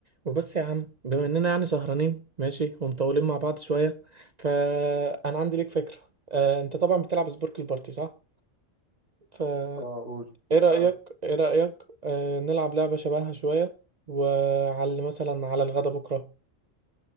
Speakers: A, on the right (about 40°); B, on the left (about 60°).
A: وبس يا عم بما اننا يعني سهرانين ماشي ومطولين مع بعض شويه فانا عندي ليك فكره آه، انت طبعا بتلعب سبورك البارتي صح فايه
B: اه قول
A: رايك
B: ألعبك.
A: ايه رايك آه، نلعب لعبه شبهها شويه وعلى مثلا على الغدا بكره